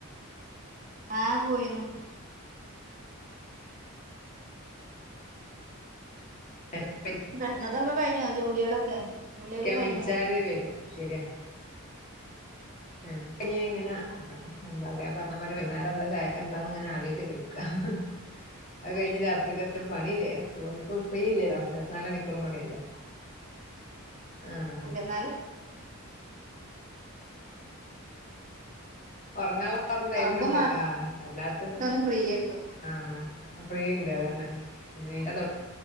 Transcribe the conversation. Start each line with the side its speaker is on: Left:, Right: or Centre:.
Right: ആഹ് പോയിനു
Left: <inaudible>
Right: തന്നതൊക്കെ കഴിഞ്ഞോ ജോലികളൊക്കെ കുളിയൊക്കെ
Left: ക്ക്യാൻ
Right: കഴിഞ്ഞോ
Left: വിളിച്ചാല് വെരും ശരിയാ ഏഹ് ഇനി ഇങ്ങനെ എന്താ പറയാ പറഞ്ഞമാരി വൈകുന്നേരെന്താ ചായക്കെന്താന്ന്ങ്ങനെ ആലോയ്ച്ച് കെട് അഹ് കഴിഞ്ഞ് രാത്രിക്കെത്തെ പണില്ലേ ഓഹ് നമുക്ക് ഫ്രീ ഇല്ലല്ലോ ഇരുപത്ത്നാലണിക്കൂറും പണിയല്ലേ ആഹ്
Right: ഇരുവതിന്നാലും
Left: ഒറങ്ങാന്ളൊക്കെ ടൈമുണ്ട്
Right: ഉറങ്ങുമ്പോ മാത്രം
Left: ആഹ് അല്ലാത്ത സ
Right: ഒന്ന് ഫ്രീ കിട്ടും
Left: ആഹ് ആഹ് ഫ്രീയിണ്ട് അതന്നെ പിന്നെ